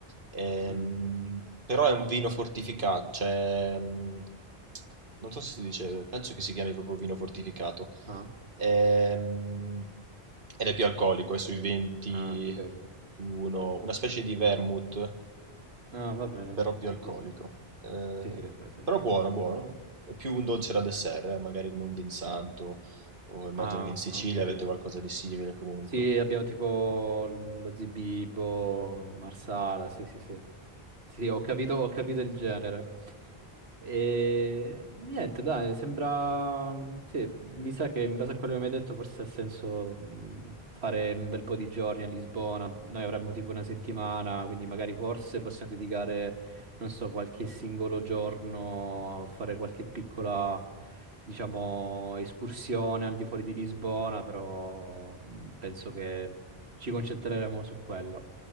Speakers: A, on the right (about 55°); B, on the right (about 80°).
A: Ehm,
B: Mhm.
A: però è un vino fortificato, cioè, mm, non so se si dice, penso che si chiami proprio vino fortificato.
B: Ah,
A: Ehm, ed è più alcolico, è sui 20,
B: ah, ok.
A: 21, una specie di vermouth
B: Ah, va bene.
A: però più alcolico.
B: Sì, sì, sì.
A: Eh,
B: Sì, sì, è presente.
A: però buono, buono. È più un dolce da dessert, eh, magari come un vinsanto, o immagino
B: Ah,
A: che in Sicilia
B: ho capito.
A: avete qualcosa di simile comunque.
B: Sì, abbiamo tipo lo Zibibbo, Marsala, sì, sì, sì. Sì, ho capito, ho capito il genere. E niente, dai, sembra... Sì, mi sa che in base a quello che mi hai detto forse ha senso mh, fare un bel po' di giorni a Lisbona. Noi avremmo tipo una settimana, quindi magari forse possiamo dedicare, non so, qualche singolo giorno a fare qualche piccola, diciamo, escursione al di fuori di Lisbona, però mh, penso che ci concentreremo su quella.